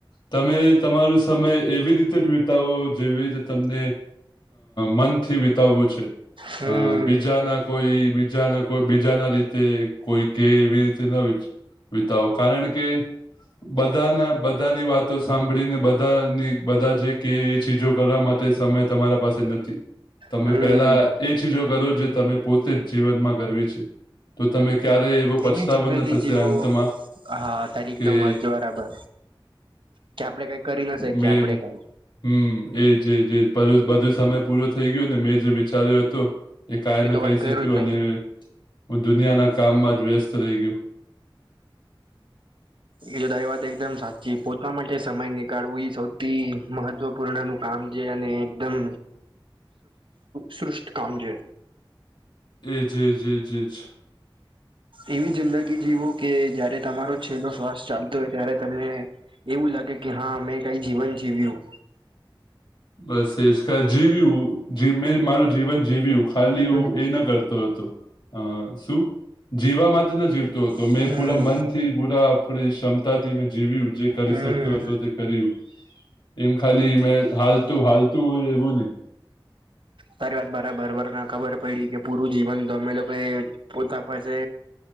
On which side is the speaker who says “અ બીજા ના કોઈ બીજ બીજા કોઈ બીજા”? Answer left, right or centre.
Left